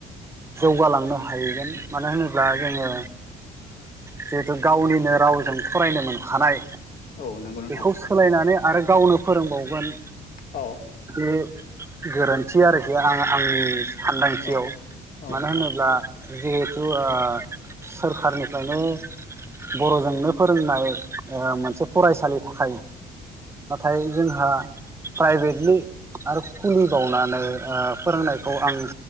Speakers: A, on the right; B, on the left.
A: जौगालांनो हाहैगोन मानो होनोब्ला ओ जोङो जिहेथु गावनिनो रावजों फरायनो मोनखानाय
B: औ नंगौ नोंथां
A: बेखौ सोलायनानै आरो गावनो फोरोंबावगोन
B: औ
A: बे गोरोन्थि आरोखि आं आंनि सानदांथियाव
B: औ
A: मानो
B: नोंथां
A: होनोब्ला जिहेथु ओ सोरखारनिफ्रायनो बरजोंनो फोरोंनाय ओ मोनसे फरायसालि थाखायनो नाथाय जोंहा प्राइभेटलि आरो खुलिबावनानै ओ फोरोंनायखौ आं